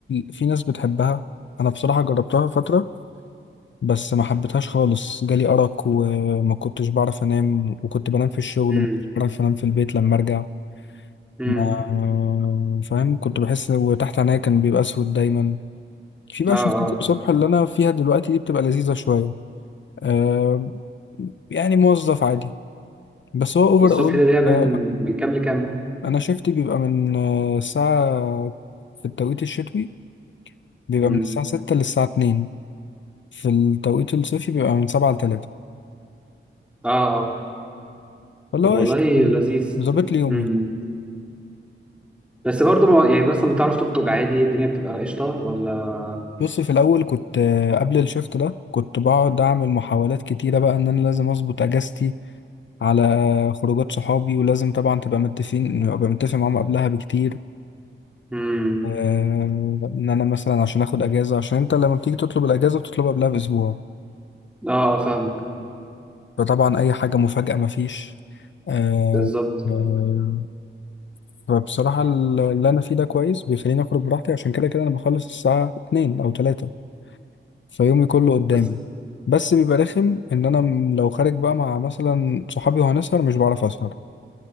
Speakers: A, on the left (about 65°); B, in the centre.
A: في ناس بتحبها أنا بصراحة جربتها فترة بس ما حبيتهاش خالص جالي أرق وما كنتش بعرف أنام وكنت بنام في الشغل
B: امم
A: وما كنتش بعرف أنام في البيت لما أرجع
B: امم
A: ما فاهم كنت بحس وتحت عينيا كان بيبقى أسود دايما في بقى
B: اه
A: شفتات
B: اه
A: الصبح اللي أنا فيها دلوقتي دي بتبقى لذيذة شوية آه يعني موظف عادي بس هو أوفر
B: الصبح
A: أول
B: ده ليها من
A: آه
B: من كام لكام
A: أنا شفتي بيبقى من آه، الساعة في التوقيت الشتوي بيبقى
B: امم
A: من الساعة ستة للساعة اتنين في التوقيت الصيفي بيبقى من سبعة لتلاتة
B: اه اه
A: فاللي
B: طب
A: هو
B: والله
A: قشطة يعني.
B: لذيذ
A: ظابط لي يومي
B: امم بس برضو ما يعني مثلا بتعرف تخرج عادي الدنيا بتبقى قشطه ولا
A: بص في الاول كنت آه، قبل الشفت ده كنت بقعد اعمل محاولات كتيره بقى ان انا لازم اظبط اجازتي على خروجات صحابي ولازم طبعا تبقى متفقين ابقى متفق معاهم قبلها بكتير
B: امم
A: آه، ان انا مثلا عشان اخد اجازه عشان انت لما بتيجي تطلب الاجازه بتطلبها قبلها باسبوع
B: اه آه، فاهم
A: فطبعا اي حاجه مفاجاه مفيش آه،
B: بالظبط
A: آه، فبصراحه اللي انا فيه ده كويس بيخليني اخرج براحتي عشان كده كده انا بخلص الساعه 2 او 3 فيومي كله قدامي
B: بس
A: بس بيبقى رخم ان انا م- لو خارج بقى مع مثلا صحابي وهنسهر مش بعرف اسهر